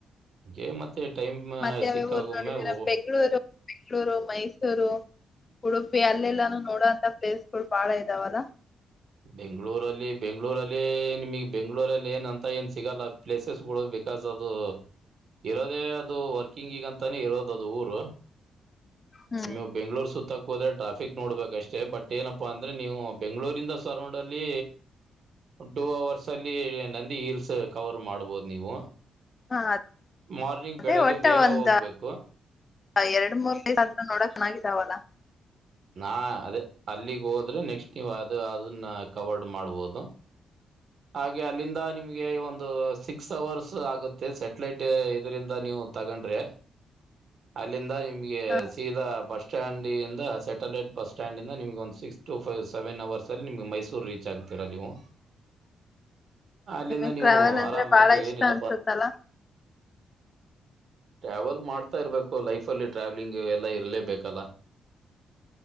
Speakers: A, on the right; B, on the left.
A: ಗೆ ಮತ್ತೆ. ಟೈಮ
B: ಮತ್ತೆ ಯಾವ್ಯಾವ
A: ಸಿಕ್ಕ
B: ಊರ್
A: ಒಮ್ಮೆ
B: ನೋಡಿದೀರಾ
A: ಹೋಗ್ಬೇಕು.
B: ಬೆಂಗಳೂರು ಬೆಂಗಳೂರು ಮೈಸೂರು ಉಡುಪಿ ಅಲ್ಲೆಲ್ಲಾನು ನೋಡೋಂತ ಪ್ಲೇಸ್ಗಳು ಬಾಳ ಇದಾವಲ್ಲ
A: ಬೆಂಗ್ಳೂರಲ್ಲಿ ಬೆಂಗ್ಳೂರಲ್ಲಿ ನಿಮಗ್ ಬೆಂಗ್ಳೂರಲ್ಲಿ ಏನಂತ ಏನ್ ಸಿಗಲ್ಲ ಪ್ಲೇಸಸ್ಗಳು ಬಿಕಾಸ್ ಅದು ಇರೋದೇ ಅದು ವರ್ಕಿಂಗ್ಗ ಅಂತಾನೇ ಇರೋದು ಅದು ಊರು.
B: ಹ್ಮ್
A: ನೀವು ಬೆಂಗಳೂರು ಸುತ್ತ ಹೋದ್ರೆ ಟ್ರಾಫಿಕ್ ನೋಡ್ಬೇಕಷ್ಟೇ ಬಟ್ ಏನಪ್ಪಾ ಅಂದ್ರೆ ನೀವು ಬೆಂಗಳೂರಿಂದ. ಸರೌಂಡ್ ಅಲ್ಲಿ ಟು ಅವರ್ಸ್ ಅಲ್ಲಿ ನಂದಿ ಹೀಲ್ಸ್ ಕವರ್ ಮಾಡ್ಬೋದು ನೀವು.
B: ಹಾ
A: ಮಾರ್ನಿಂಗ್
B: ಅದೇ
A: ಬೆಳಗ್ಗೆ
B: ಒಟ್ಟ
A: ಬೇಗ
B: ಒಂದ
A: ಹೋಗ್ಬೇಕು
B: ಎರಡು ಮೂರ್ ನೋಡಕ್. ಚೆನ್ನಾಗಿದಾವಲ್ಲ.
A: ನಾ ಅದೇ ಅಲ್ಲಿಗ್ ಹೋದ್ರೆ ನೆಕ್ಸ್ಟ್ ನೀವು ಅದು ಅದನ್ನ ಕವರ್ಡ್ ಮಾಡ್ಬೋದು. ಹಾಗೆ ಅಲ್ಲಿಂದ ನಿಮಗೆ ಒಂದು ಸಿಕ್ಸ್ ಅವರ್ಸ್ ಆಗುತ್ತೆ ಸ್ಯಾಟಲೈಟ್. ಇದರಿಂದ ನೀವು ತಗೊಂಡ್ರೆ. ಅಲಿಂದ್. ನಿಮಗೆ
B: ಹ
A: ಸೀದಾ ಭಷ. ಸ್ಟ್ಯಾಂಡ್ ಇಂದ ಸ್ಯಾಟಲೈಟ್ ಬಸ್ ಸ್ಟ್ಯಾಂಡ್ ಇಂದ ನಿಮ್ಗೆ ಒಂದು six to five seven hours ಅಲ್ಲಿ ನಿಮ್ಗೆ ಮೈಸೂರು ರೀಚ್ ಆಗ್ತೀರ ನೀವು. ಅಲ್ಲಿಂದ
B: ನಿಮಗ್
A: ನೀವು
B: ಟ್ರಾವೆಲ್ ಅಂದ್ರೆ
A: ಆರಾಮಾಗಿ
B: ಬಾಳ ಇಷ್ಟ
A: ಏನಿಲ್ಲಪ್ಪ
B: ಅನ್ಸುತ್ತಲ್ಲಾ.
A: ಟ್ರಾವೆಲ್ ಮಾಡ್ತಾ ಇರ್ಬೇಕು ಲೈಫ್ ಅಲ್ಲಿ ಟ್ರಾವ್ಲಿಂಗ್ ಎಲ್ಲ ಇರಲೇಬೇಕಲ್ಲ